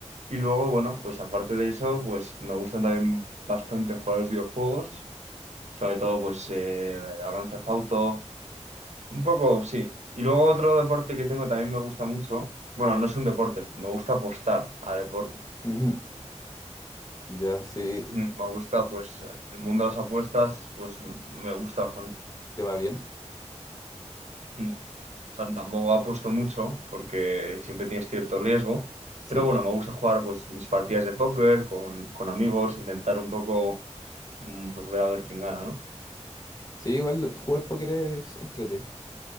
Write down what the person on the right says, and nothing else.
Y luego, bueno, pues aparte de eso, pues me gustan también bastante jugar a los videojuegos, sobre todo pues eh, el Grand Theft Auto, un poco, sí. Y luego otro deporte que tengo también me gusta mucho, bueno, no es un deporte, me gusta apostar a deporte.
Mm, Me gusta pues el mundo de las apuestas, pues m- me gusta bastante.
Mm. O sea, tampoco apuesto mucho porque siempre tienes cierto riesgo,
pero bueno, me gusta jugar pues mis partidas de póker con, con amigos, intentar un poco mm, pues ver a ver quién gana, ¿no?